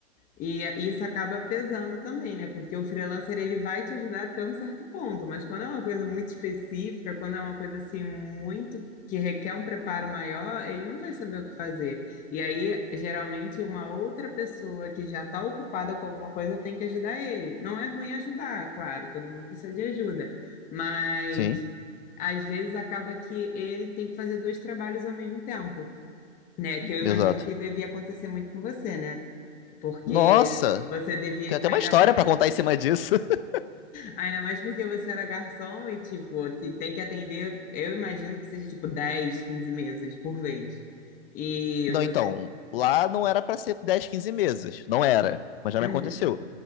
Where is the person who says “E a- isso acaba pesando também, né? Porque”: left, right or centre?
Left